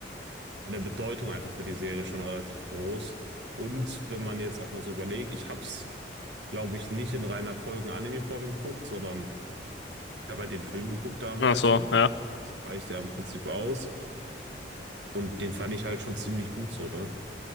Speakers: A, on the right (about 75°); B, on the left (about 75°).
A: von der Bedeutung einfach für die Serie schon relativ groß. Und wenn man jetzt auch mal so überlegt, ich habe es, glaube ich, nicht in reiner Folgen-Anime-Form geguckt, sondern ich habe halt den Film geguckt damals
B: Ach so,
A: und
B: ja.
A: das reicht ja im Prinzip aus. Und den fand ich halt schon ziemlich gut so, ne?